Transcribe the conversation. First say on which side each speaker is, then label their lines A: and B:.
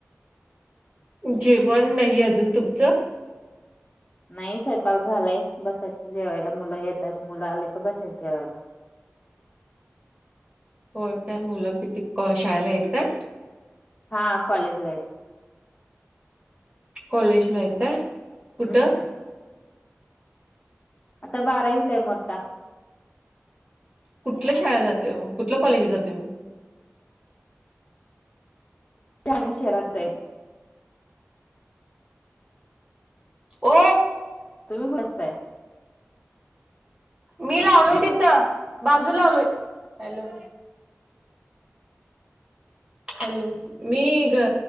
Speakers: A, on the right (about 25°); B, on the left (about 30°).
A: जेवण नाही अजून तुमचं?
B: नाही स्वयंपाक झालाय बसायचं जेवायला मुलं येतात मुल आली की बसायचं जेवायला.
A: होय काय मुलं किती क शाळेला आहेत काय?
B: हा कॉलेज ला हायत.
A: कॉलेजला हायत काय कुठ?
B: हम्म आता बारावीला आहे मोठा.
A: कुठल्या शाळेला जात्या ओ कुठल्या कॉलेजला जातोय ओ?
B: <unintelligible> म्ही शहराच आहे
A: ओ
B: तुम्ही <unintelligible> असताय?
A: मी लावलोय तिथं बाजूला लावलोय हॅलो हॅलो मी ग